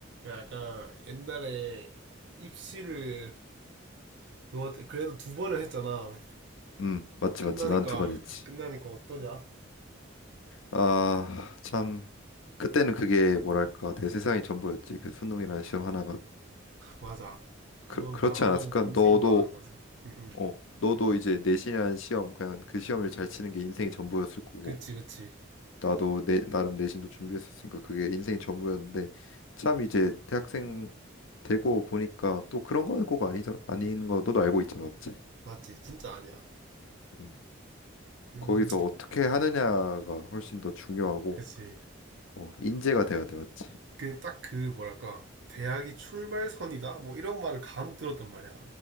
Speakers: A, on the right; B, on the left.
A: 약간 옛날에 입시를 뭐 그래도 두 번을 했잖아.
B: 음, 맞지,
A: 끝나니까
B: 맞지. 난 두 번 했지.
A: 끝나니까 어떠냐?
B: 아, 참. 그때는 그게 뭐랄까, 내 세상이 전부였지. 그 수능이라는 시험 하나가.
A: 맞아. 그건
B: 그, 그렇지
A: 망하면
B: 않았을까?
A: 인생이
B: 너도,
A: 망하는 거지. 응, 응.
B: 어, 너도 이제 내신이라는 시험, 그냥 그 시험을 잘 치는 게 인생의 전부였을 거고.
A: 그치, 그치.
B: 나도 내, 나름 내신도 준비했었으니까 그게 인생의 전부였는데, 참 이제 대학생 되고 보니까 또 그런 거는 꼭 아니죠. 아닌 거 너도 알고 있잖아, 맞지?
A: 맞지. 진짜 아니야.
B: 음,
A: 음,
B: 거기서 어떻게 하느냐가 훨씬 더 중요하고,
A: 그치.
B: 어, 인재가 돼야 돼, 맞지?
A: 그 딱 그 뭐랄까 대학이 출발선이다. 뭐 이런 말을 간혹 들었단 말이야.